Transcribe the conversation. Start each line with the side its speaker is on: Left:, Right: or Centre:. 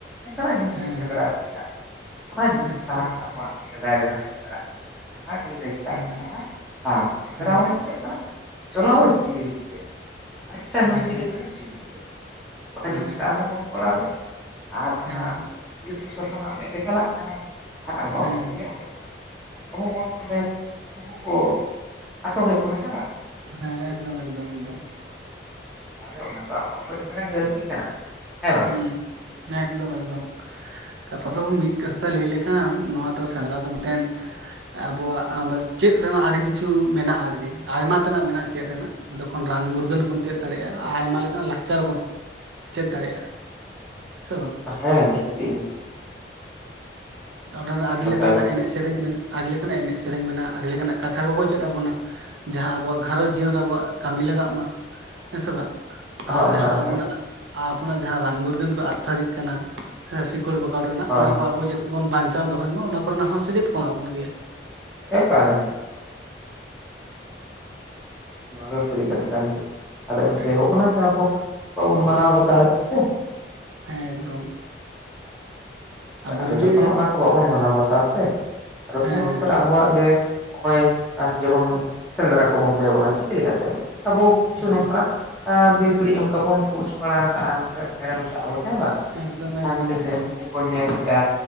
Centre: ᱚᱱᱠᱟᱱᱟᱜ ᱡᱤᱱᱤᱥ
Right: ᱦᱮᱸ
Centre: ᱮᱢ ᱥᱮᱫᱽᱨᱟ ᱟᱹᱜᱩ ᱠᱮᱭᱟ ᱚᱱᱟ ᱡᱤᱱᱤᱥ
Right: ᱟᱪᱪᱷᱟ
Centre: ᱛᱟᱦᱮ ᱞᱮᱱᱟ ᱟᱵᱚᱣᱟᱜ ᱥᱮᱫᱟᱭ ᱨᱮᱱᱟᱜ ᱥᱮᱫᱽᱨᱟ᱾ ᱱᱟᱦᱟᱜ ᱫᱤᱱ ᱨᱮ ᱪᱮᱠᱟᱜ
Right: ᱦᱮᱸ
Centre: ᱠᱟᱱᱟ ᱵᱟᱝ ᱥᱮᱸᱫᱽᱨᱟ
Right: ᱦᱮᱸ
Centre: ᱢᱟᱱᱮ, ᱪᱤᱠᱟᱹᱜ ᱠᱟᱱᱟ ᱪᱚᱞᱚ ᱡᱤᱭᱟᱹᱞᱤ ᱜᱚᱡᱮᱢᱮ ᱟᱪᱪᱷᱟ
Right: ᱦᱮᱸ
Centre: ᱱᱩᱭ ᱪᱮᱞᱮ ᱠᱟᱱᱟᱭ ᱡᱤᱞ ᱜᱚᱡᱮᱢᱮ᱾ ᱚᱱᱟ
Right: ᱦᱮᱸ
Centre: ᱡᱤᱱᱤᱥᱴᱟᱜ ᱟᱵᱚ ᱵᱚᱱ ᱠᱚᱨᱟᱣᱮᱫᱼᱟ ᱟᱨ ᱚᱱᱟ
Right: ᱦᱮᱸ
Centre: ᱯᱩᱞᱤᱥ ᱯᱨᱚᱥᱟᱥᱚᱱ ᱟᱜ ᱢᱮᱫ ᱨᱮ ᱪᱟᱞᱟᱜ ᱠᱟᱱᱟ᱾ ᱟᱨ ᱟᱵᱚ
Right: ᱦᱮᱸ
Centre: ᱟᱵᱚ ᱛᱮᱜᱮ ᱚᱸᱰᱮ ᱠᱷᱚᱱᱟᱜ, ᱟᱵᱚ ᱵᱚᱱ ᱚᱸᱰᱮ ᱩᱱᱠᱩ ᱠᱚ ᱟᱴᱚᱠᱮᱫ ᱵᱚᱱᱟ ᱦᱮᱸ ᱵᱟᱝ?
Right: ᱦᱮᱸ ᱮᱠᱫᱚᱢ ᱮᱠᱫᱚᱢ ᱮᱠᱫᱚᱢ᱾
Centre: ᱛᱟᱦᱚᱞᱮ ᱚᱱᱟ ᱫᱚ ᱟᱵᱚᱣᱟᱜ ᱦᱚ ᱟᱹᱰᱤ ᱢᱟᱨᱟᱝ ᱜᱟᱹᱞᱛᱤ ᱠᱟᱱᱟ᱾ ᱦᱮᱸ ᱵᱟᱝ
Right: ᱦᱩ ᱮᱠᱫᱚᱢ ᱮᱠᱫᱚᱢ ᱠᱟᱛᱷᱟ
Centre: ᱦᱳᱭ
Right: ᱫᱚ
Centre: ᱛᱟᱦᱚᱞᱮ
Right: ᱢᱤᱫ ᱠᱟᱛᱷᱟ ᱞᱟᱹᱭ ᱞᱮᱠᱷᱟᱱ ᱱᱚᱣᱟ ᱫᱚ ᱥᱮᱸᱫᱽᱨᱟ ᱫᱚ ᱢᱤᱫᱴᱮᱱ, ᱟᱵᱚᱣᱟᱜ ᱪᱮᱫ ᱨᱮᱱᱟᱜ ᱟᱹᱰᱤ ᱠᱤᱪᱷᱩ ᱢᱮᱱᱟᱜᱼᱟ ᱟᱨᱠᱤ ᱟᱭᱢᱟ ᱛᱮᱱᱟᱜ ᱢᱮᱱᱟᱜᱼᱟ ᱪᱮᱫ ᱨᱮᱱᱟᱜ᱾ ᱚᱸᱰᱮ ᱠᱷᱚᱱ ᱨᱟᱱ ᱢᱩᱨᱜᱟᱹᱱ ᱦᱚᱸᱵᱚᱱ ᱪᱮᱫ ᱫᱟᱲᱮᱭᱟᱜᱼᱟ ᱟᱨ ᱟᱭᱢᱟ ᱞᱮᱠᱟᱱᱟᱜ ᱞᱟᱠᱪᱟᱨ ᱵᱚᱱ ᱪᱮᱫ ᱫᱟᱲᱮᱭᱟᱜᱼᱟ᱾ ᱥᱮ ᱵᱟᱝ?
Centre: ᱦᱮᱸ ᱱᱤᱦᱟᱹᱛᱤ ᱱᱤᱦᱟᱹᱛᱤ,
Right: ᱚᱸᱰᱮᱱᱟᱜ ᱟᱹᱰᱤ
Centre: ᱱᱟᱯᱟᱭ
Right: ᱞᱮᱠᱟᱱᱟᱜ
Centre: ᱠᱟᱛᱷᱟ
Right: ᱮᱱᱮᱡ ᱥᱮᱨᱮᱧ ᱟᱹᱰᱤ ᱞᱮᱠᱟᱱᱟᱜ ᱮᱱᱮᱡ ᱥᱮᱨᱮᱧ ᱢᱮᱱᱟᱜᱼᱟ ᱟᱹᱰᱤ ᱞᱮᱠᱟᱱᱟᱜ ᱠᱟᱛᱷᱟ ᱠᱚᱠᱚ ᱪᱮᱫ ᱟᱵᱚᱱᱟ᱾ ᱡᱟᱦᱟᱸ ᱟᱵᱚᱣᱟᱜ ᱜᱷᱟᱸᱨᱚᱸᱡᱽ ᱡᱤᱭᱚᱱ ᱨᱮ ᱟᱵᱚᱣᱟᱜ ᱠᱟᱹᱢᱤ ᱞᱟᱜᱟᱜ ᱢᱟ ᱦᱮᱸ ᱥᱮ ᱵᱟᱝ? ᱟᱨ
Centre: ᱦᱳᱭ
Right: ᱡᱟᱦᱟᱸ
Centre: ᱦᱳᱭ
Right: ᱟᱵᱚᱱᱟᱜ
Centre: ᱦᱳᱭ
Right: ᱟᱵᱚᱱᱟᱜ ᱡᱟᱦᱟᱸ ᱨᱟᱱ ᱢᱩᱨᱜᱟᱹᱱ ᱠᱚ ᱟᱫᱽ ᱥᱟᱨᱤᱜ ᱠᱟᱱᱟ ᱦᱮᱸ ᱥᱮ? ᱥᱤᱠᱚᱲ ᱵᱟᱠᱟᱲ ᱨᱮᱱᱟᱜ
Centre: ᱦᱳᱭ
Right: ᱚᱱᱟ ᱠᱚ
Centre: ᱦᱳᱭ
Right: ᱟᱵᱚ ᱡᱟᱛᱮ ᱵᱚᱱ ᱵᱟᱧᱪᱟᱣ ᱫᱚᱦᱚᱭ ᱢᱟ ᱚᱱᱟ ᱠᱚᱨᱮᱱᱟᱜ ᱦᱚᱸ ᱥᱮᱪᱮᱫ ᱠᱚ ᱮᱢᱟᱵᱚᱱ ᱜᱮᱭᱟ᱾
Centre: ᱮᱠᱟᱞ ᱮᱠᱟᱞ᱾ ᱱᱚᱣᱟ ᱫᱚ ᱥᱟᱹᱨᱤ
Right: ᱦᱩᱸ
Centre: ᱠᱟᱛᱷᱟ ᱠᱟᱱ ᱜᱮᱭᱟ ᱟᱫᱚ ᱮᱱᱛᱮ
Right: ᱮᱠᱫᱚᱢ
Centre: ᱦᱚᱸᱜᱼᱚᱱᱟ ᱜᱮ ᱟᱵᱚ ᱵᱟᱵᱚᱱ ᱢᱟᱱᱟᱣ ᱵᱟᱛᱟᱣᱮᱫᱼᱟ ᱥᱮ?
Right: ᱦᱮᱸ ᱮᱠᱫᱚᱢ,
Centre: ᱦᱳᱭ
Right: ᱟᱵᱚ
Centre: ᱟᱫᱚ
Right: ᱡᱩᱫᱤ
Centre: ᱡᱚᱠᱷᱚᱱ ᱚᱱᱟ ᱠᱚ ᱵᱟᱵᱚᱱ ᱢᱟᱱᱟᱣ ᱵᱟᱛᱟᱣᱟ ᱥᱮ ᱟᱫᱚ
Right: ᱦᱮᱸ
Centre: ᱩᱱ ᱚᱠᱛᱚ
Right: ᱦᱮᱸ
Centre: ᱨᱮ ᱟᱵᱚᱣᱟᱜ ᱜᱮ, ᱦᱚᱜᱼᱚᱭ ᱡᱮᱢᱚᱱ ᱥᱮᱸᱫᱽᱨᱟ ᱠᱚ ᱵᱚᱱᱫᱚᱭᱮᱫ ᱵᱚᱱᱟ ᱪᱤᱠᱟᱹ ᱞᱮᱠᱟᱛᱮ ᱟᱵᱚ ᱠᱤᱪᱷᱩ
Right: ᱦᱮᱸ
Centre: ᱱᱚᱝᱠᱟᱱᱟᱜ ᱵᱮ-ᱵᱟᱹᱰᱤᱡ ᱚᱱᱠᱟ ᱵᱚᱱ ᱯᱳᱥᱴ ᱵᱟᱲᱟ ᱠᱟᱜᱼᱟ ᱵᱷᱟᱭᱨᱟᱞ ᱠᱟᱜᱼᱟ ᱵᱚᱱ ᱦᱮᱸ ᱵᱟᱝ?
Right: ᱮᱠᱫᱚᱢ
Centre: ᱡᱟᱦᱟᱸ
Right: ᱮᱠᱫᱚᱢ
Centre: ᱦᱚᱛᱮᱫ
Right: ᱮᱠᱫᱚᱢ
Centre: ᱛᱮ ᱩᱱᱠᱩ ᱠᱚ ᱧᱮᱞ ᱠᱮᱜᱼᱟ